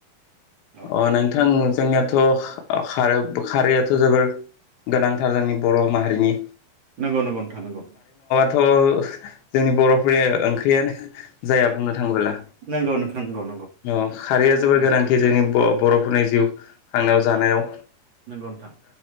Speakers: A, on the right (about 40°); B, on the left (about 85°).
A: औ
B: अ-अ नोंथां जोंनियाथ खारै-खारैआथ जोबोर गोनांथार जोंनि बर माहारिनि
A: नंगौ-नंगौ नोंथां नंगौ।
B: थ जोंनि बरफोरनि ओंख्रियानो जाया बुंनो थांबोला
A: नंगौ नोंथां नंगौ
B: अ खारैया
A: नंगौ
B: जोबोर गोनांथि जोंनि ब बरफोरनि जिउ खांनायाव जानायाव
A: नंगौ नोंथां